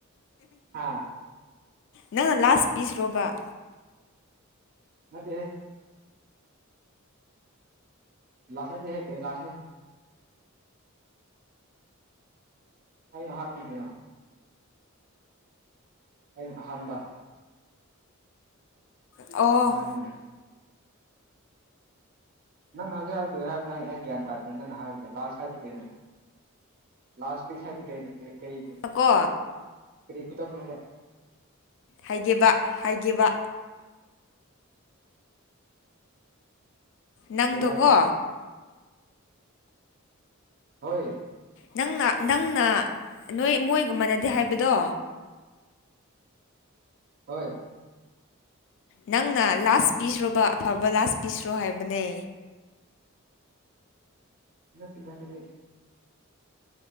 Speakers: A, on the right; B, on the left.
A: ꯍꯥꯥ
B: ꯅꯪꯅ ꯂꯥꯁ ꯄꯤꯁ ꯔꯣꯕ
A: ꯅꯠꯇꯦ ꯍꯦ ꯂꯥꯁ ꯅꯠꯇꯦ ꯍꯦ ꯀꯩ ꯂꯥꯁꯅ ꯑꯅꯥ ꯍꯥꯝꯗ꯭ꯔꯣ ꯑꯅꯥ ꯑꯍꯥꯟꯕ
B: ꯑꯣ
A: ꯃꯥꯅꯤꯅꯥ ꯅꯪ ꯍꯧꯖꯤꯛ ꯍꯧꯛꯤ ꯍꯥꯏꯕ ꯅ ꯑꯩ ꯒ꯭ꯌꯥꯟ ꯇꯥꯗꯦ ꯅꯪ ꯍꯥꯏꯕꯗꯤ ꯂꯥꯁ ꯍꯥꯏꯗꯤ ꯀꯩꯅꯣ ꯂꯥꯁ ꯞꯤꯁ ꯍꯥꯏꯗꯤ ꯀꯔꯤ ꯅꯠꯇꯦ ꯀꯔꯤꯒꯤ
B: ꯑꯥꯀꯣ
A: ꯀꯔꯤ ꯈꯨꯗꯝ ꯅꯣꯕ
B: ꯍꯥꯏꯒꯦꯕ ꯍꯥꯏꯒꯦꯕ ꯅꯪ
A: ꯀꯔꯤ
B: ꯗꯣꯀꯣ
A: ꯍꯥꯏꯕ ꯍꯣꯏ
B: ꯅꯪꯅ ꯅꯪꯅ ꯅꯣꯏ ꯃꯣꯏꯒ ꯃꯥꯅꯗꯦ ꯍꯥꯏꯕꯗꯣ
A: ꯍꯣꯏ
B: ꯅꯪꯅ ꯂꯥꯁ ꯄꯤꯁꯔꯣꯕꯥ ꯑꯐꯕ ꯂꯥꯁ ꯄꯤꯁꯔꯣ ꯍꯥꯏꯕꯅꯦ
A: ꯅꯠꯇꯦꯗꯥ ꯑꯗꯨꯗꯤ